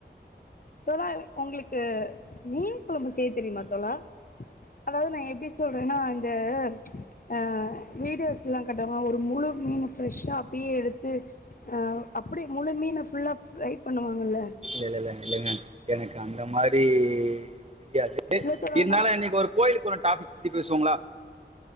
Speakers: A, on the left; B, on the right.
A: தோலா உங்களுக்கு மீன் குழம்பு செய்ய தெரியுமா தோலா அதாவது நான் எப்படி சொல்றேன்னா இந்த அ அ வீடியோஸ்லலா காட்டுவாங் ஒரு முழு மீன ஃப்ரெஷ்ஷா அப்டியே எடுத்து அப்படியே முழு மீன ஃபுல்லா ஃப்ரை பண்ணுவாங்கல்ல
B: இல்ல இல்லல இல்லைங்க எனக்கு அந்த மாரி தெரியாது
A: இல்ல தோழா
B: இருந்தாலு
A: நா
B: இன்னைக்கு ஒரு கோயிலுக்கு போன டாபிக் பத்தி பேசுவோங்ளா